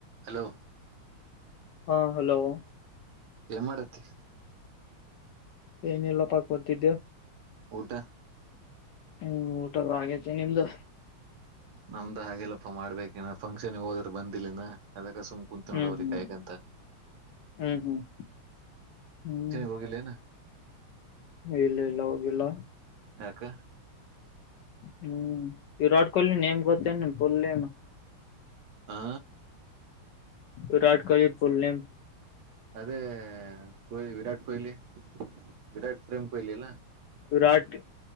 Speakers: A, on the right (about 70°); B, on the left (about 70°).
A: ಹಲೋ
B: ಹಾ ಹಲೋ
A: ಏನ್ ಮಾಡತಿ
B: ಏನಲ್ಲಪ್ಪ ತಿದ್ದೆ
A: ಊಟ
B: ಹ್ಮ್ ಊಟದ ಹಾಗೇ ನಿಮ್ದು
A: ನಮ್ದ ಹಾಗೆಲ್ಲಪ್ಪ ಮಾಡ್ಬೇಕೇನ ಫಂಕ್ಷನ್ ಹೋದ್ರ ಬಂದಿಲ್ಲನ ಅದ ಸುಮ್ ಕುತ್
B: ಹ್ಮ್
A: ನೋಡ ಅವ್ರಿ
B: ಹ್ಮ್
A: ಕಾಯಗಂತ
B: ಹ್ಮ್ ಹ್ಮ್ ಹ್ಮ್
A: ಹೋಗಿಲ್ಲೇನ
B: ಇಲ್ಲ ಇಲ್ಲ ಹೋಗಲ್ಲ
A: ಹಕ್ಕ
B: ಹ್ಮ್ ವಿರಟ್ ಕೊಹ್ಲಿ ನೇಮ ಕೊಚ್ಚಾ ನನು ಪುಲ್ಲಮ
A: ಹಾ
B: ವಿರಾಟ್ ಕೊಹಲಿ ಪುಲ್ ನೇಮ
A: ಅದೇಹ್ ವಿರಾಟ್ ಕೊಹ್ಲಿ ವಿರಾಟ್ ಪ್ರೇಮ ಪಹಲೆಲ್ಲ
B: ವಿರಾಟ್